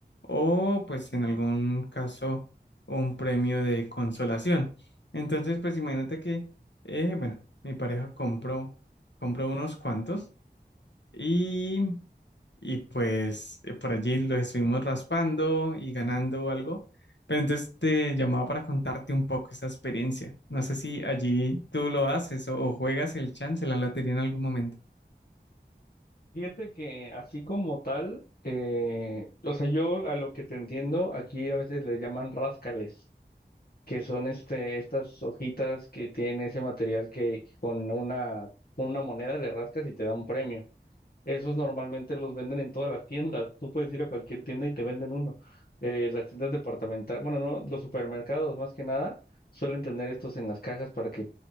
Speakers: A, on the left (about 80°); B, on the left (about 55°).
A: o pues en algún caso un premio de consolación. Entonces, pues imagínate que, eh, bueno, mi pareja compró, compró unos cuantos. y y pues eh, por allí lo estuvimos raspando y ganando algo. Pero entonces te llamaba para contarte un poco esa experiencia. No sé si allí tú lo haces o, o juegas el chance, la lotería en algún momento.
B: Fíjate que así como tal, eh, o sea, yo a lo que te entiendo, aquí a veces le llaman ráscales, que son este, estas hojitas que tienen ese material que con una, con una moneda le rascas y te da un premio. Esos normalmente los venden en todas las tiendas. Tú puedes ir a cualquier tienda y te venden uno. Eh, las tiendas departamentales, bueno, no, los supermercados más que nada, suelen tener estos en las cajas para que